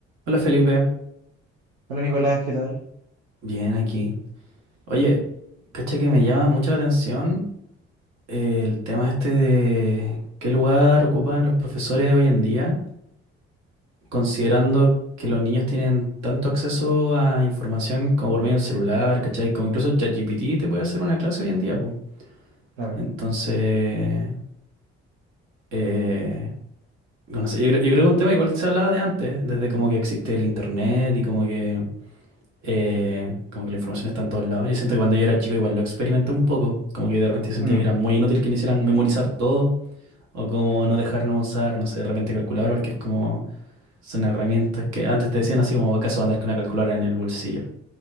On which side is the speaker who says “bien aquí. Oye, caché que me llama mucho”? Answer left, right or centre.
Right